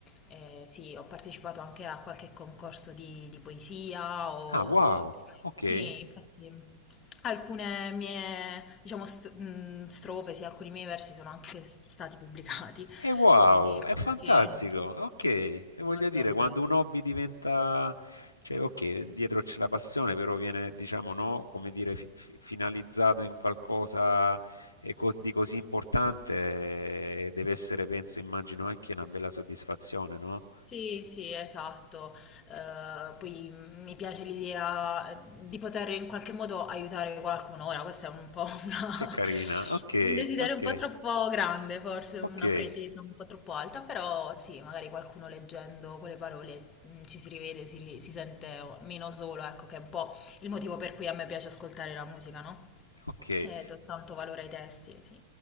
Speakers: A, on the left (about 25°); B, on the left (about 80°).
A: Eh, sì, ho partecipato anche a qualche concorso di, di poesia o...
B: Ah, wow. Ok.
A: Sì, infatti alcune mie, diciamo, st- mh, strofe, sì, alcuni miei versi sono anche s- stati pubblicati,
B: E wow,
A: quindi
B: è fantastico.
A: sì,
B: Ok, e
A: sì,
B: voglio
A: molto
B: dire, quando
A: bello.
B: un hobby diventa, cioè, ok, dietro c'è la passione, però viene, diciamo, no, come dire, fi- fi- finalizzato in qualcosa eh, co- di così importante, eh, deve essere, penso, immagino anche una bella soddisfazione, no?
A: Sì, sì, esatto. Eh, poi mh, mi piace l'idea eh, di poter in qualche modo aiutare qualcuno. Ora, questo è un po' una-
B: Che carina.
A: <laughs>
B: Ok,
A: un desiderio
B: ok,
A: un po' troppo grande, forse una
B: ok.
A: pretesa un po' troppo alta, però sì, magari qualcuno leggendo quelle parole mh, ci si rivede, si, ri- si sente meno solo, ecco, che è un po' il motivo per cui a me piace ascoltare la musica, no?
B: Ok.
A: Eh, do tanto valore ai testi, sì.